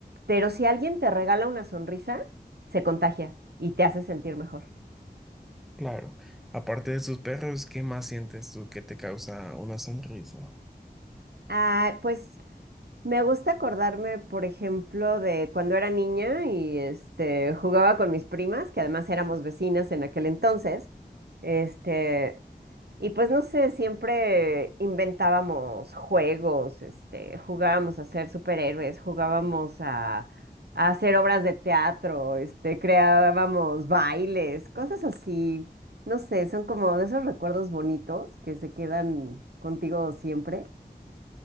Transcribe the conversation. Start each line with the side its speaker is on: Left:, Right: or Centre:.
Right: Pero si alguien te regala una sonrisa, se contagia y te hace sentir mejor.
Centre: claro. Aparte de sus perros, ¿qué más sientes tú que te causa una sonrisa?
Right: Ah, pues Me gusta acordarme, por ejemplo, de cuando era niña y este jugaba con mis primas, que además éramos vecinas en aquel entonces. Este, y pues no sé, siempre inventábamos juegos, este, jugábamos a ser superhéroes, jugábamos a, a hacer obras de teatro, este, creábamos bailes, cosas así. No sé, son como de esos recuerdos bonitos que se quedan contigo siempre.